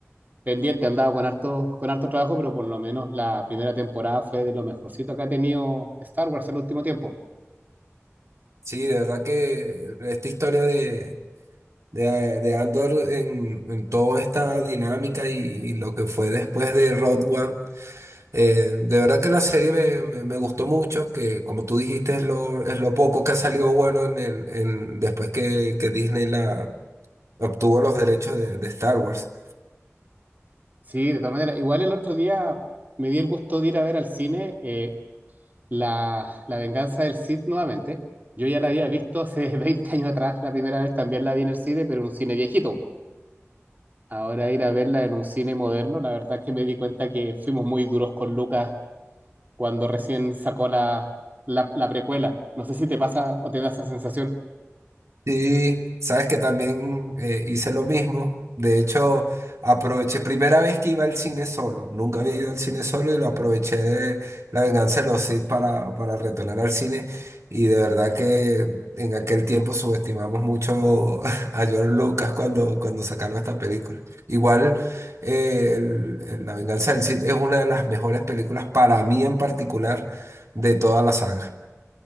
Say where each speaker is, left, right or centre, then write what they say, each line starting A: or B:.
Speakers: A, on the right (about 35°); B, on the right (about 75°).
A: pendiente, he andado con harto, con harto trabajo, pero por lo menos la primera temporada fue de lo mejorcito que ha tenido Star Wars en el último tiempo.
B: Sí, de verdad que esta historia de, de, de Andor en, en toda esta dinámica y, y lo que fue después de Rogue One, eh, de verdad que la serie me, me- me gustó mucho, que como tú dijiste es lo, es lo poco que ha salido bueno en el, en, después que, que Disney la obtuvo los derechos de de Star Wars.
A: Sí, de todas maneras, igual el otro día me di el gusto de ir a ver al cine eh, la, la venganza del Sith nuevamente. Yo ya la había visto hace <laughs> 20 años atrás, la primera vez también la vi en el cine, pero en un cine viejito. Ahora ir a verla en un cine moderno, la verdad es que me di cuenta que fuimos muy duros con Lucas cuando recién sacó la, la, la precuela. No sé si te pasa o te da esa sensación.
B: Sí, sabes que también eh, hice lo mismo. De hecho, aproveché, primera vez que iba al cine solo. Nunca había ido al cine solo y lo aproveché La Venganza de los Sith para, para retornar al cine. Y de verdad que en aquel tiempo subestimamos mucho <laughs> a George Lucas cuando, cuando sacaron esta película. Igual, eh, el- el La Venganza del Sith es una de las mejores películas para mí en particular de toda la saga.